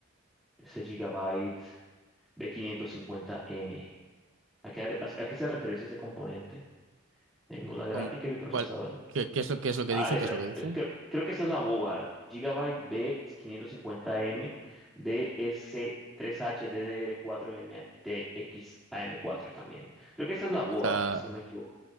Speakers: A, in the centre; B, on the right.
A: Ese Gigabyte b quinientos cincuenta M. ¿a qué, a qué se referencia ese componente? Tenemos la gráfica
B: ¿Cómo-
A: y el procesador.
B: cuál- qué, qué es lo, qué es lo que
A: Ah,
B: dice?
A: esa-
B: ¿Qué es lo que dice?
A: creo, creo que esta es la board. Gigabyte B550M d DSC3HDDR4MTX mtx m 4 también. Creo que esta es la board,
B: Es la-
A: si no me equivoco.